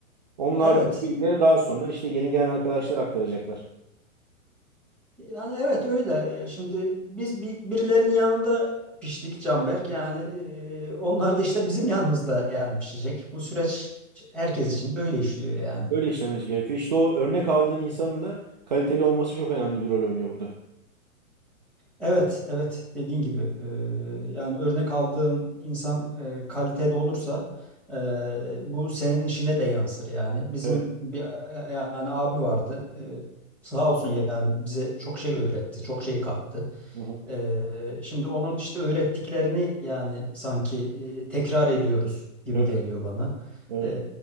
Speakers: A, on the right (about 35°); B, in the centre.
A: Onlar
B: Evet.
A: da bu bilgileri daha sonra işte yeni gelen arkadaşlar aktaracaklar.
B: Yani evet öyle. E, Şimdi biz bi- birilerinin yanında piştik Canberk. Yani e, onlar da işte bizim yanımızda yani pişecek. Bu süreç herkes için böyle işliyor yani.
A: Böyle işlemesi gerekiyor. İşte o örnek aldığın insanın da kaliteli olması çok önemli bir rol oynuyor burada.
B: Evet, evet dediğin gibi e, yani örnek aldığın insan e, kaliteli olursa e, bu senin işine de yansır yani. Bizim
A: Evet.
B: bir yani abi vardı e, sağ olsun yani bize çok şey öğretti, çok şey kattı.
A: Hı hı.
B: Ee, şimdi onun işte öğrettiklerini yani sanki e, tekrar ediyoruz gibi
A: Evet.
B: geliyor bana.
A: Evet.
B: Ee,